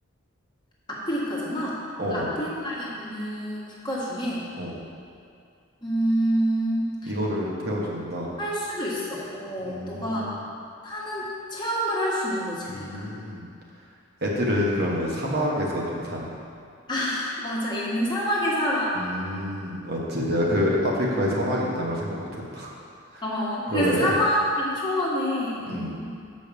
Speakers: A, on the left; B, on the right.
A: 아프리카잖아.
B: 어,
A: 그 아프리카의
B: 어,
A: 어느 국가 중에
B: 어,
A: 음,
B: 이거를 태워준다.
A: 할 수도 있어. 어,
B: 음.
A: 너가 사는 체험을 할 수 있는 거지, 그러니까.
B: 음, 애들은 그러면 사막에서 좀 사나?
A: <laughs> 맞아, 얘는 사막에 살아.
B: 음, 맞지. 내가 그 아프리카에 사막이 있다는 걸 생각 못했다. <laughs>
A: 어,
B: 그러면,
A: 그래서 사막이랑
B: 애-
A: 초원에
B: 음,
A: 음,